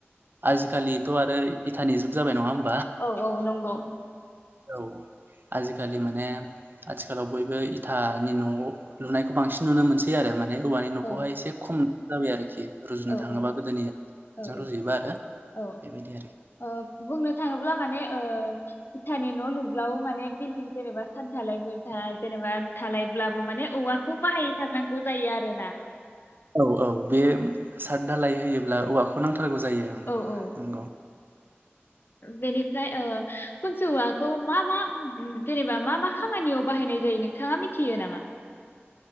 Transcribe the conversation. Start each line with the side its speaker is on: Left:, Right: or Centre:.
Right: आजिखालिथ' आरो इथानि जुग जाबाय नङा होम
Left: औ औ नंगौ
Right: औ आजिखालि माने आथिखालाव बयबो हानि न लुनायखौ बांसिन नुनो मोनसै आरो ना ने औवानि न'खौहाय
Left: औ
Right: एसे खम दा बे आरोखि रुजुनो
Left: औ
Right: थाङोबा
Left: औ
Right: गोदोनिजों
Left: औ औ
Right: रुजुयोबा आरो
Left: औ
Right: बेबायदि आरोखि
Left: ओ बुंनो थाङोब्ला माने ओ फथानि न' लुब्लाबो माने बिल्डं जेनेबा साथ थालायफोर थाय जेनेबा थालायब्लाबो माने औवाखौ बाहायथारनांगौ जायो आरो ना
Right: औ औ बे साद धालाय होयोब्ला औवाखौ नांथार थारगौ जायो ओं
Left: औ औ
Right: नंगौ <inaudible>
Left: बेनिफ्राय ओ कुनसुवाखौ मा मा जेनेबा मा मा खामानियाव बाहायनाय जायो नोंथाङा मिथियो नामा?